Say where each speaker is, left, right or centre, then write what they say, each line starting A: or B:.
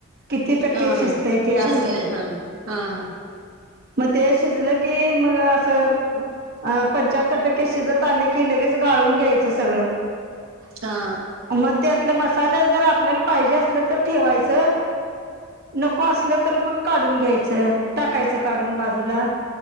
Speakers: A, on the right (about 50°); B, on the right (about 80°).
A: किती टक्के
B: हा
A: शिजतय
B: हा
A: ते असं.
B: शिजले हा हा, हा.
A: म ते शिजलं की मग असं अ, पंच्याहत्तर टक्के शिजत आल की लगेच गाळून घ्यायच. सगळं,
B: हा
A: मग त्यातल मसाला जर आपल्याला पाहिजे असलं तर ठेवायचं. नको असलं तर मग काढून घ्यायचं, टाकायचं काढून बाजूला.